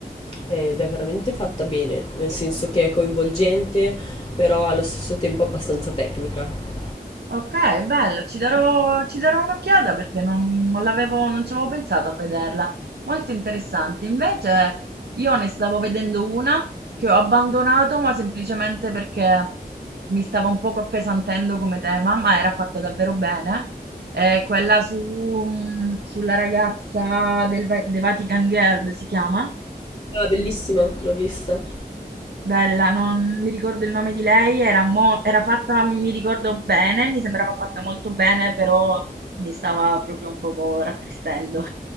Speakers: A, on the left; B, on the right.
A: ed è veramente fatta bene, nel senso che è coinvolgente, però allo stesso tempo abbastanza tecnica.
B: Ok, bello, ci darò, ci darò un'occhiata perché non, non l'avevo, non ci avevo pensato a vederla. Molto interessante. Invece io ne stavo vedendo una che ho abbandonato, ma semplicemente perché mi stava un poco appesantendo come tema, ma era fatta davvero bene. È quella su, mm, sulla ragazza del Va- The Vatican Girl, si chiama?
A: Ah, bellissima, l'ho vista.
B: Bella, non mi ricordo il nome di lei, era, mo- era fatta, mi ricordo bene, mi sembrava fatta molto bene, però mi stava proprio un poco rattristendo.